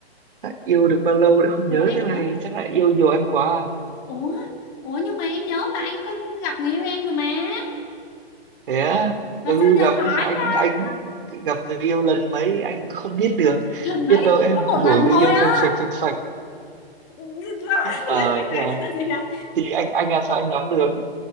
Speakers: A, on the right (about 55°); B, on the left (about 20°).
A: à, yêu được bao lâu đã không
B: Ủa
A: nhớ
B: em
A: thế này
B: tưởng
A: chắc là yêu nhiều anh quá à?
B: Ủa, ủa nhưng mà em nhớ là anh có gặp người yêu em rồi mà.
A: thế á
B: mà
A: ừ
B: sao giờ
A: gặp
B: hỏi
A: anh
B: ta
A: anh gặp người yêu lần mấy anh không biết được
B: lần
A: biết
B: mấy
A: đâu em
B: có một lần
A: đổi người
B: thôi
A: yêu
B: á
A: sành sạch sạch sạch
B: <laughs> Để
A: ờ
B: sẵn
A: thế
B: sàng,
A: là
B: để sẵn
A: thì anh anh là sao anh nắm được